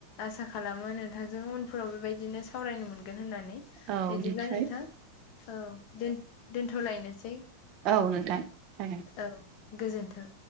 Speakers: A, on the left; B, on the right.
A: आसा खालामो नोंथांजों उनफोराव बेबायदिनो सावरायनो मोनगोन होनना नै
B: औ
A: बेदिब्ला
B: निस्सय
A: नोंथां औ दोन-दोनथ'लायनोसै
B: औ नोंथां जागोन
A: औ। गोजोन्थों।